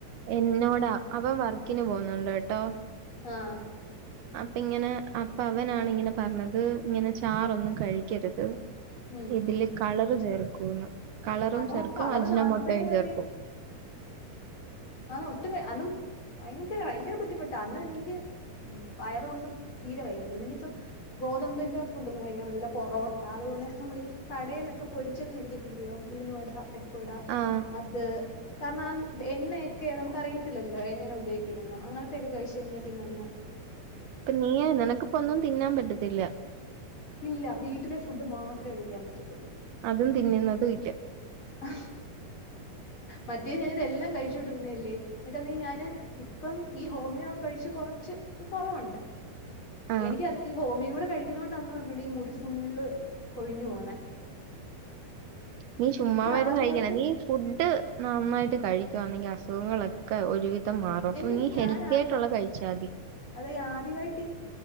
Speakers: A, on the right; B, on the left.
A: എന്നോടാ അവൻ വർക്കിന് പോവു ന്ന്ണ്ട്ട്ടോ.
B: ആഹ്.
A: അപ്പ ഇങ്ങനെ അപ്പൊ അവനാണ് ഇങ്ങനെ പർഞ്ഞത് ഇങ്ങനെ ചാറൊന്നും കഴിക്കരുത്.
B: ഉം
A: ഇതില് കളറ് ചേർക്കൂന്ന് കളറും
B: അതാ
A: ചേർക്കും
B: കളറ്
A: അജ്ന
B: കാണുമ്പോഴേ
A: മോട്ടോയും ചേർക്കും.
B: അറിയാം ആഹ് ഒട്ടും അന്നും ഭയങ്കര ഭയങ്കര ബുദ്ധിമുട്ടാ അന്ന്ന്നെനിക്ക് ഉം വയറ് കൊണ്ടും തീരെ വയ്യായിരിക്കും ഇന്നിപ്പോ ഗോതമ്പിന്റെ ഫുഡോന്നും കഴിക്കാൻ പറ്റത്തില്ല പൊറോട്ട അതുപോലെ നമ്മളി കടെന്നൊക്കെ പൊരി ച്ചത് മേടിക്കത്തില്യോ ഉഴുന്ന് വടാ, പരിപ്പ് വടാ,
A: ആഹ്
B: അത് കാരണം ആ എണ്ണ ക്കെ നമക്ക് അറിയത്തില്ലല്ലോ എങ്ങനെ ഉപയോഗിക്ന്നന്ന് അങ്ങനത്തെക്കെ കഴിച് കഴിഞ്ഞാൽ പിന്നെ അന്ന്
A: പ്പ നീയാ നിനക്കിപ്പോ ഒന്നും തിന്നാൻ പറ്റത്തില്ല
B: ഇല്ല വീട്ടിലെ ഫുഡ് മാത്രേ കഴിക്കാൻ പറ്റത്തോള്ളൂ.
A: അതും തിന്ന്ന്നത് ഇല്ല്യാ.
B: ആ മറ്റേ ഞാന്തെല്ലാം കഴിച്ചോ ണ്ടിരുന്നതല്ലേ? ഇത്ണ്ടെങ്കി ഞാന് ഇപ്പം ഈ ഹോമിയോെ കഴിച്ച് കൊറച്ച് കൊറവുണ്ട്.
A: ആഹ്
B: എനിക് അറിഞ്ഞുട ഈ ഹോമിയോ കൂടെ കഴിക്ണോണ്ടാന്ന ഈ മുടി ഫുള്ള് കൊഴിഞ് പോണെ
A: നീ ചുമ്മാമാരുന്ന്
B: ആദ്യവായിട്ട്
A: കഴിക്കാണ്ട നീ ഫുഡ് നന്നായിട്ട് കഴിക്കാന്നെങ്കി അസുഖങ്ങളൊക്കെ ഒരുവിധ വിധത്ത്‌ മാറും അപ്പൊ
B: എനിക്കിത്
A: നീ ഹെൽത്തി
B: ഞാൻ ആദ്യ
A: ആയിട്ടുള്ള കഴിച്ചാതി
B: അതെ ഈ ആദ്യമായിട്ടി